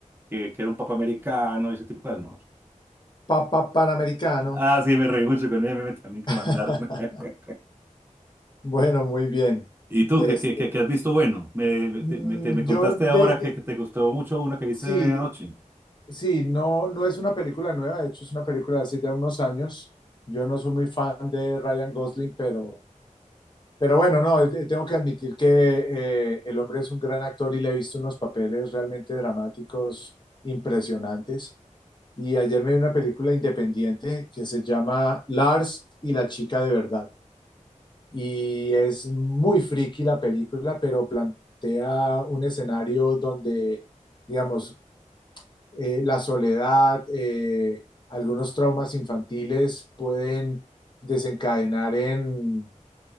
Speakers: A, on the right; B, on the left.
A: que, que era un papa americano y ese tipo de cosas, no.
B: Papa Panamericano.
A: Ah, sí, me reí mucho con él, me también que
B: <laughs>
A: mandaron. <laughs>
B: Bueno, muy bien.
A: ¿Y tú
B: Este,
A: qué, qué, qué, qué has visto bueno? Me, me- te,
B: mm,
A: me te- me contaste
B: yo
A: ahora
B: de,
A: que,
B: de-
A: que te gustó mucho una que viste
B: sí,
A: anoche.
B: sí, no, no es una película nueva, de hecho es una película de hace ya unos años. Yo no soy muy fan de Ryan Gosling, pero, Pero bueno, no, eh, tengo que admitir que eh, el hombre es un gran actor y le he visto unos papeles realmente dramáticos, impresionantes. Y ayer me vi una película independiente que se llama Lars y la chica de verdad. Y es muy friki la película, pero plantea un escenario donde, digamos, eh, la soledad, eh, algunos traumas infantiles pueden desencadenar en,